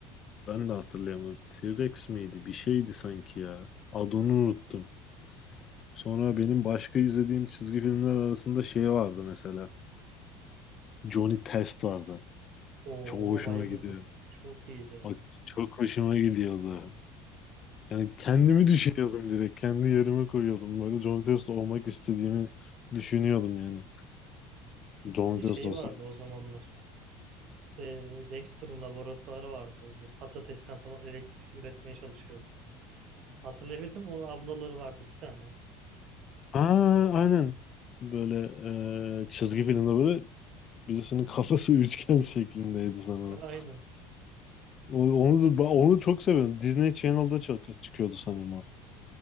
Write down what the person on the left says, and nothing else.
ben de hatırlayamadım. T-Rex miydi? Bir şeydi sanki ya. Adını unuttum. Sonra benim başka izlediğim çizgi filmler arasında şey vardı mesela. Johnny Test vardı.
Çok hoşuma
gidiyor.
Bak çok hoşuma gidiyordu. Yani kendimi
düşünüyordum direkt. Kendi yerime koyuyordum. Böyle John Testo olmak istediğimi düşünüyordum yani. John
Testo
olsam.
Aa aynen. Böyle e, çizgi filmde böyle birisinin kafası <laughs> üçgen şeklindeydi sanırım.
O- Onu, da- onu çok seviyorum. Disney Channel'da çok çıkıyordu sanırım o.